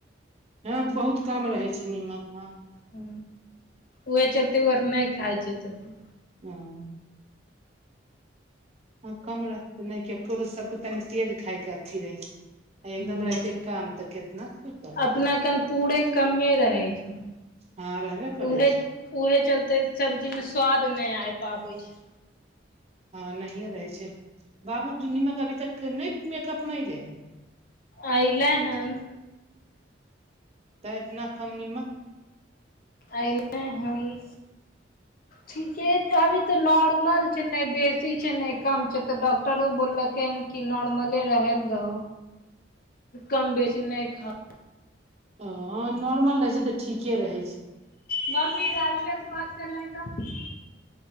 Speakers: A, on the right; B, on the left.
A: ह बहुत काम रहे छै नीमक हँ
B: ह उह चलते ओर नहि खााय छै जल्दी
A: हूँ हँ कम रह नहि के कु सबके तनी तेज खायके अच्छी रहै छै आ एकदम
B: ह
A: रहै छै कम तऽ केतना खेबै
B: अपना कन पूरे कमे रहै छ
A: हँ रहबे करै
B: उहे
A: छै
B: उहे चलते सब्जी में स्वाद ने आ पाबै छै
A: हँ नहिए रहै छै बाबू के नीमक अभी तक ने मेकअप में एले
B: अइले हन
A: तऽ इतना कम नमक
B: आइ न हई ठीके छै अभी त नॉर्मल छै ने बेसी छै नै कम छै त डॉक्टर डॉक्टरो बोलकै ह कि नॉर्मले रह दो कम बेसी नै खाओ
A: ओ नॉर्मल रहै छै तऽ ठीके रहै छै
B: मम्मी राजीव भैया से बात करना ह